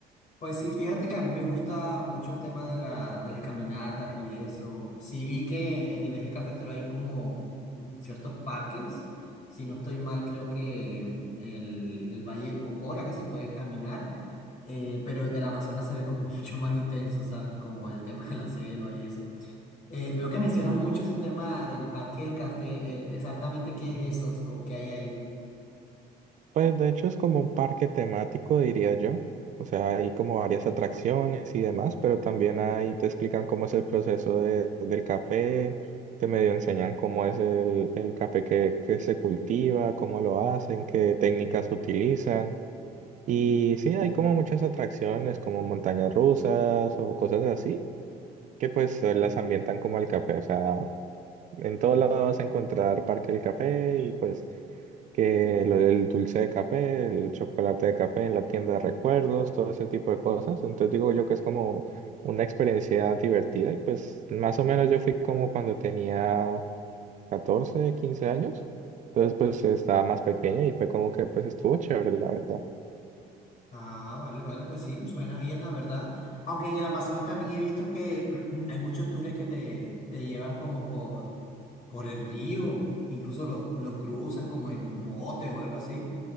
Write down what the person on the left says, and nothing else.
Pues sí, fíjate que a mí me gusta mucho el tema de la, de las caminatas y eso. Sí vi que en el eje cafetero hay como ciertos parques. Si no estoy mal, creo que el, el Valle del Cocora, que se puede caminar, eh, pero el del Amazonas se ve como <laughs> mucho más intenso, ¿sabes? Como el tema de la selva y eso. Eh, veo que mencionas mucho ese tema del parque del café. eh, exactamente qué es eso o qué hay ahí.
Ah, vale, vale, pues sí, suena bien, la verdad. Aunque en el Amazonas también he visto que <clears throat> hay muchos tours que te, te llevan como por, por el río, incluso lo, lo cruzas como en un bote o algo así.